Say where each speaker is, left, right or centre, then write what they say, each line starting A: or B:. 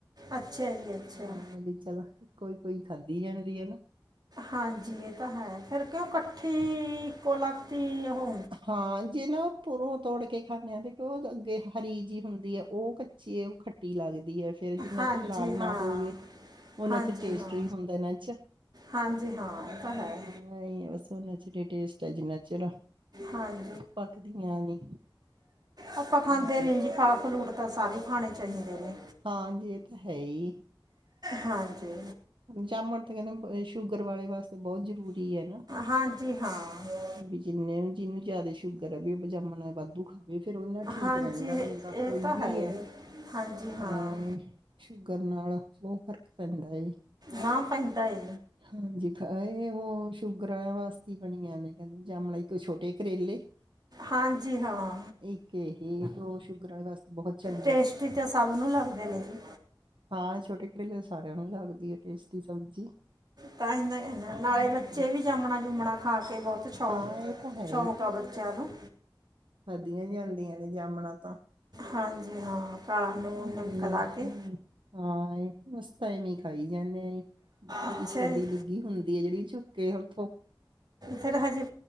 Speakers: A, on the right; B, on the right.
A: ਅੱਛਾ ਜੀ ਅੱਛਾ
B: ਹਾਂ, ਵੀ ਚੱਲ ਕੋਈ-ਕੋਈ ਖਾਧੀ ਜਾਂਦੀ ਐ ਨਾ?
A: ਹਾਂਜੀ! ਇਹ ਤਾਂ ਹੈ ਫ਼ੇਰ, ਕਿਉਂ ਕੱਠੀ ਇੱਕੋ ਲਖ਼ਤੀ ਓਹ ਹੁ
B: ਹਾਂ, ਜੇ ਨਾ ਉਪਰੋਂ ਤੋੜ ਕੇ ਖਾਂਨੇ ਆਂ ਤੇ ਉਹ ਅੱਗੇ ਹਰੀ ਜੀ ਹੁੰਦੀ ਆ ਓ ਕੱ ਚੀ ਓ ਖੱਟੀ ਲੱਗਦੀ ਐ ਫ਼ੇਰ ਜਿੰਨਾ
A: ਹਾਂਜੀ
B: ਚਿਰ ਲਾਲ ਨਾ
A: ਹਾਂ
B: ਹੋਵੇ ਉਹਨਾਂ
A: ਹਾਂਜੀ
B: ਚਿਰ ਟੇਸਟ
A: ਹਾਂ
B: ਵੀ ਹੁੰਦਾ ਇਹਨਾਂ 'ਚ,
A: ਹਾਂਜੀ ਹਾਂ ਇਹ ਤਾਂ ਹੈ
B: ਹੂੰ! ਹਾਂ ਐਈਂ ਆ ਬਸ ਓਹਨਾਂ ਚਿਰ ਟੇਸਟ ਆ ਜਿਹਨਾਂ ਚਿਰ
A: ਹਾਂਜ
B: ਪੱਕਦੀਆਂ ਨੇ,
A: ਆਪਾਂ ਖਾਂਦੇ
B: ਹੂੰ ਚੱਲ।
A: ਨਹੀਂ ਜੀ ਫਲ ਫਲੂਟ ਤਾਂ ਸਾਰੇ ਖਾਣੇ ਚਹੀਂਦੇ ਨੇ।
B: ਹਾਂਯੀ, ਇਹ ਤਾਂ ਹੈ ਈ।
A: ਹਾਂਜੀ!
B: ਜਾਮਣ ਤਾਂ ਕਹਿੰਦੇ ਬ-ਸ਼ੂਗਰ ਵਾਲੇ ਵਾਸਤੇ ਬਹੁਤ ਜ਼ਰੂਰੀ ਐ ਨਾ।
A: ਹਾਂਜੀ ਹਾਂ
B: ਵੀ ਜਿੰਨੇ ਜਿਹਨੂੰ ਜਾਦੇ ਸ਼ੂਗਰ ਐ ਬੀ ਜਾਮਣਾਂ ਬਾਧੂ ਖਾਵ ਵੀ ਫ਼ੇਰ ਬੰਦਾ ਠੀਕ
A: ਹਾਂਜੀ
B: ਰਹਿੰਦਾ ਬੰਦਾ,
A: ਇਹ
B: ਕੋਈ
A: ਤਾਂ
B: ਵੀ
A: ਹੈ
B: ਐ।
A: ਜੀ ਹਾਂਜੀ ਹਾਂ
B: ਆਏ! ਸ਼ੂਗਰ ਨਾਲ਼ ਬਹੁਤ ਫ਼ਰਕ ਪੈਂਦਾ ਏ।
A: ਬਾਂ ਪੈਂਦਾ ਏ।
B: ਹਾਂਜੀ! ਖਾਏਏ ਓ ਸ਼ੂਗਰਾਂ ਵਾਸਤੀ ਬਣੀਆਂ ਨੇ ਕਹਿੰਦੇ ਜਾਮਣਾਂ, ਇੱਕ ਛੋਟੇ ਕਰੇਲੇ। <unintelligible>
A: ਹਾਂਜੀ ਹਾਂ!
B: ਇੱਕ ਇਹ ਓ-ਸ਼ੂਗਰ ਆਲੇ ਵਾਸਤੇ ਬਹੁਤ ਚੰਗ
A: ਟੇਸਟੀ ਤਾਂ ਸਭ ਨੂੰ ਲੱਗਦੇ ਨੇ ਜੀ।
B: ਹਾਂ! ਛੋਟੇ ਕਰੇਲੇ ਸਾਰਿਆਂ ਨੂੰ ਲੱਗਦੀ ਐ ਟੇਸਟੀ ਸਬਜ਼ੀ।
A: ਤਾਂਹੀ ਮੈਂ ਇਨਾ, ਨਾਲੇ਼
B: ਹਮ,
A: ਬੱਚੇ ਵੀ ਜਾਂਮਣਾ-ਜੁਂਮਣਾ ਖਾ ਕੇ ਬਹੁਤ ਛੌਂਕ
B: ਹਾਂ ਇਹ ਤਾਂ ਹੈ
A: ਛੌਂਕ ਆ ਬੱਚਿਆਂ ਨੂੰ।
B: ਖਾਦੀਆਂ ਜਾਂਦੀਆਂ ਨੇ ਜਾਮਣਾ ਤਾਂ।
A: ਹਾਂਜੀ ਹਾਂ! ਕਾਲਾ ਨੂੰਨ
B: ਹਮ
A: ਨਮਕ ਲਾ
B: ਹਮ,
A: ਕੇ।
B: ਹਾਂ ਏ ਅਸੀਂ ਤਾਂ ਐਵੀਂ ਖਾਈ ਜਾਂਨੇ ਆ ਜੀ।
A: ਅੱਛਾ
B: ਇੱਕ-ਅੱਧੀ
A: ਜੀ
B: ਡਿੱਗੀ ਹੁੰਦੀ ਐ ਜਿਹੜੀ ਚੁੱਕੇ ਉੱਥੋਂ
A: ਫ਼ੇਰ ਹਜੇ